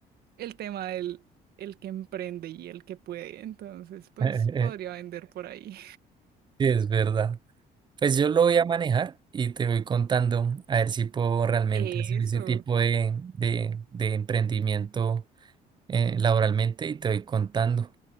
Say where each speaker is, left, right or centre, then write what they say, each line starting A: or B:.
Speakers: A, on the right; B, on the right.
A: el tema del el que emprende y el que puede, entonces pues
B: Eh,
A: podría
B: <laughs>
A: vender por ahí.
B: Sí, es verdad. Pues yo lo voy a manejar y te voy contando a ver si puedo realmente
A: <laughs>
B: hacer
A: Eso,
B: ese tipo de, de, de emprendimiento eh, laboralmente y te voy contando.